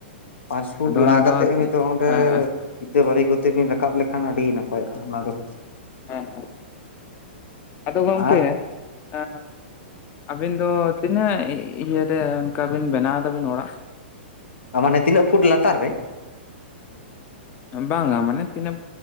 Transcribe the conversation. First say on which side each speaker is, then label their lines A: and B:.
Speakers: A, on the left (about 90°); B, on the left (about 25°).
A: ᱯᱟᱸᱪ ᱯᱷᱩᱴ
B: ᱟᱫᱚ
A: ᱞᱟ
B: ᱚᱱᱟ ᱫᱚ
A: ᱠᱟᱛᱮᱜ
B: ᱦᱮᱸ
A: ᱦᱳᱭᱛᱳ ᱚᱸᱰᱮ
B: ᱦᱮᱸ
A: ᱛᱮ ᱵᱟᱞᱤ ᱠᱚᱛᱮ ᱵᱤᱱ ᱨᱟᱠᱟᱵ ᱞᱮᱠᱷᱟᱱ ᱟᱹᱰᱤ ᱱᱟᱯᱟᱭᱚᱜᱼᱟ ᱚᱱᱟ ᱫᱚ ᱾
B: ᱦᱮᱸ ᱦᱮᱸ ᱟᱫᱚ ᱜᱚᱝᱠᱮ
A: ᱟᱨ
B: ᱮ ᱟᱹᱵᱤᱱ ᱫᱚ ᱛᱤᱱᱟᱹᱜ ᱤᱭᱟᱹᱨᱮ ᱚᱱᱠᱟ ᱵᱤᱱ ᱵᱮᱱᱟᱣ ᱫᱟᱵᱤᱱ ᱚᱲᱟᱜ?
A: ᱢᱟᱱᱮ ᱛᱤᱱᱟᱹᱜ ᱯᱷᱩᱴ ᱞᱟᱛᱟᱨ ᱨᱮ ᱾
B: ᱵᱟᱝᱼᱟ ᱢᱟᱱᱮ ᱛᱤᱱᱟᱹᱜ